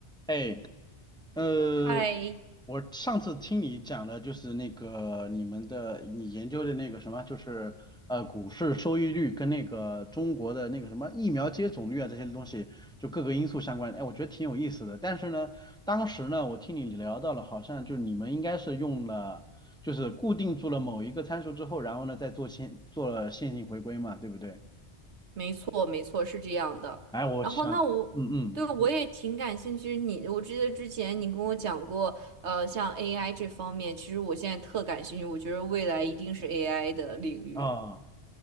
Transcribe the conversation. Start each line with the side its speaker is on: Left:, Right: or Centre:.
Centre: 哎，呃，
Right: 嗨，
Centre: 我上次听你讲的就是那个你们的你研究的那个什么，就是呃股市收益率跟那个中国的那个什么疫苗接种率啊这些东西，就各个因素相关。哎，我觉得挺有意思的。但是呢，当时呢，我听你聊到了，好像就是你们应该是用了，就是固定住了某一个参数之后，然后呢再做线做了线性回归嘛，对不对？
Right: 没错，没错，是这样的。
Centre: 哎，我想，
Right: 然后，那我对我也挺感兴趣。
Centre: 嗯嗯，你
Right: 你，我记得之前你跟我讲过，呃，像 AI 这方面，其实我现在特感兴趣。我觉得未来一定是 AI 的领域。
Centre: 啊。